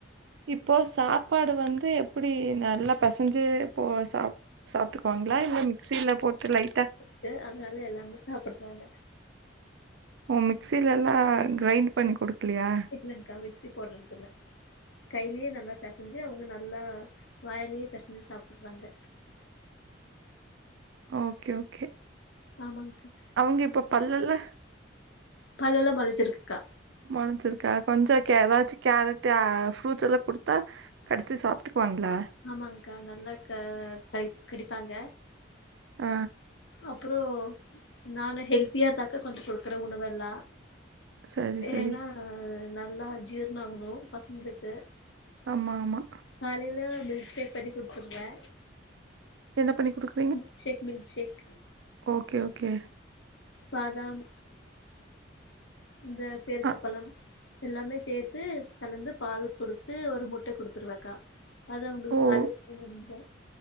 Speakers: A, on the right; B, on the left.
A: இப்போ சாப் பாடு வந்து எப்டி நல்லா பெசஞ்சு போ சா சாப்ட்டுக்குவாங்களா இல்ல மிக்சியில போட்டு லைட்டா
B: ச்சு அதுனால எல்லாமே சாப்புடுவாங்க
A: ஓ மிக்சிலெல்லா கிரைண்ட் பண்ணி குடுக்குலையா
B: இல்லங்க்கா மிக்சி போடுறது தெர்ல கையிலயே நல்லா பெசஞ்சு அவங்க நல்லா வாயிலயே பெசஞ்சு சாப்ட்டுக்குவாங்க
A: ஓகே ஓகே
B: ஆமாங்கக்கா
A: அவங்க இப்ப பல்லெல்லா
B: பல்லெல்லா மொளச்சிருக்குக்கா
A: மொளஞ்சிருக்கா கொஞ்சோ கே எதாச்சு கேரட் ஆ ஃப்ரூட்ஸ் எல்லா குடுத்தா கடுச்சு சாப்ட்டுக்குவாங்குளா
B: ஆமாங்க்கா நல்லா க கடி கடிப்பாங்க
A: ஆ
B: அப்புறோ நானு ஹெல்த்தியா தாக்கா கொஞ்சோ குடுக்குற உணவெல்லா
A: சரி,
B: ஏன்னா
A: சரி.
B: நல்லா ஜீர்ணொ ஆகணு பசங்களுக்கு
A: ஆமா ஆமா
B: காலைல்ல மில்க் ஷேக் பண்ணி குடுத்துருவே
A: என்ன பண்ணி குடுக்
B: மில்க்ஷேக் மில்க்ஷேக்
A: ஓகே ஓகே
B: பாதாம் இந்த பேருச்சபழம்
A: அ
B: எல்லாமே சேத்து கலந்து பால் குடுத்து ஒரு முட்ட குடுத்துருவேக்கா அது அவங்களுக்கு
A: ஓ!
B: காலே <inaudible> முடிஞ்சுரு